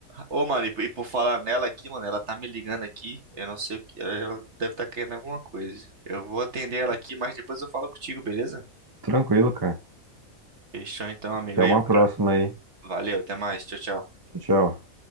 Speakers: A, on the right; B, on the right.
A: Ô, mano, e por e por falar nela aqui, mano, ela tá me ligando aqui. Eu não sei o que. Ela deve estar querendo alguma coisa. Eu vou atender ela aqui, mas depois eu falo contigo, beleza?
B: Tranquilo, cara.
A: Fechou então, amigo.
B: Até
A: Ei,
B: uma
A: pra-
B: próxima aí.
A: Valeu, até mais. Tchau, tchau.
B: Tchau, tchau.